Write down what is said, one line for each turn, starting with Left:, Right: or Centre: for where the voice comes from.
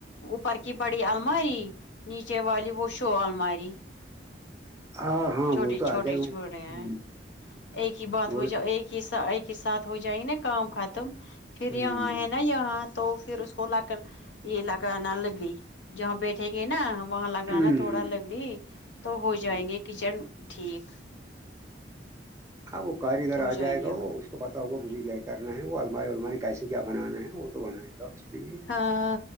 Left: اوپر کی بڑی الماری نیچے والی وہ شو الماری
Right: <inaudible> ہاں
Left: چھوٹیے
Right: وہ تو آ
Left: چھوٹے
Right: جائے ہ
Left: چھوٹے ہیں ایک ہی بات
Right: وہ
Left: ہو جا ایک ہی س ایک کے ساتھ ہو جائیں نا کام ختم پھر
Right: ہ
Left: یہاں ہے نا یہاں تو پھر اس کو لا کر یہ لگانا لگڑی جہاں بیٹھیں گے نا وہاں لگانا
Right: ہ
Left: تھوڑا لگڑی تو ہو
Right: ہ
Left: جائیں گے کچن ٹھیک
Right: ہاں وہ کاریگر
Left: ہو
Right: آ
Left: جائیں
Right: جائے گا
Left: گے
Right: وہ اس کو پتا ہوگا مجھے کیا کرنا ہے وہ الماری الماری کیسے کیا بنانا ہے وہ تو بنائے گا کے لیے
Left: ہاں